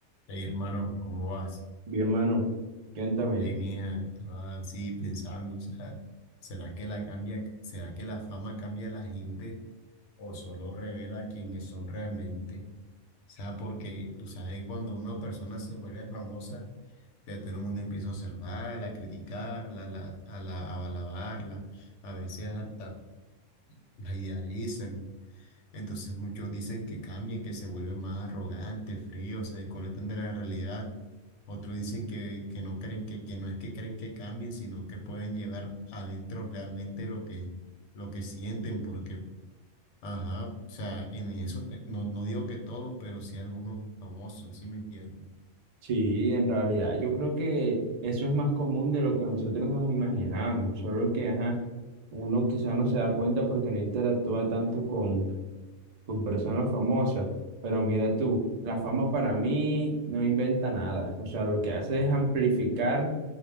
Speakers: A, on the left; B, on the right.
A: Hey, hermano, ¿cómo vas?
B: Bien, mano, cuéntame.
A: Hey, mija, estaba así pensando, o sea, ¿será que la cambia, será que la fama cambia a la gente o solo revela quiénes son realmente? O sea, porque tú sabes que cuando una persona se vuelve famosa, ya todo el mundo empieza a observarla, a criticarla, a la, a la- a alabarla, a veces hasta la idealizan. Entonces muchos dicen que cambian, que se vuelven más arrogantes, fríos, se desconectan de la realidad. Otros dicen que, que no creen que, que no es que creen que cambien, sino que pueden llevar adentro realmente lo que, lo que sienten, porque, ajá, o sea, en eso, eh, no, no digo que todos, pero sí algunos famosos, ¿sí me entienden?
B: Sí, en realidad yo creo que eso es más común de lo que nosotros nos imaginamos, solo que, ajá, uno quizá no se da cuenta porque no interactúa tanto con, con personas famosas, pero mira tú, la fama para mí no inventa nada, o sea, lo que hace es amplificar